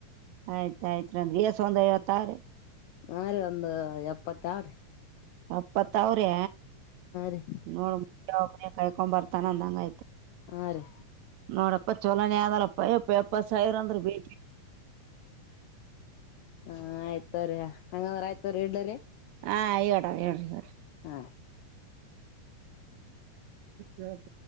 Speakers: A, on the right; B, on the left.
A: ಆಯ್ತಾಯ್ತ್ಂದ್ರರಿ ಎಸ್ ಒಂದ ಐವತ್ತಾರ್ರ
B: ಆರು ಒಂದು ಎಪ್ಪತ್ತ ಆರು
A: ಅಪ್ಪತ್ ಅವ್ರೆ
B: ರೀ
A: ನೋಡ್ ಮು್ರ ಕಾಯಕೊ್ ಬರ್ತಾನ ಅಂದಂಗ ಆಯ್ತು
B: ಆ ರೀ
A: ನೋಡಪ್ಪ ಚಲೋನೇ ಆದದಲಪ್ಪಯ ಪೇಪರ್ಸ್ಾಯರ ಅಂದ್ರ ಬೇ
B: ಹಾ ಆಯ್ತವ್ರೀ ಹಂಗಾದ್ರ ಆಯ್ತವ್ರೀ ಹಿಡ್ಡಲ್ಲಿ
A: ಹಾಂ ಹೇಳಿರಿ ಹೇಳಿರಿ ಹೇಳಿ
B: ಹಾ
A: ಯ ಬ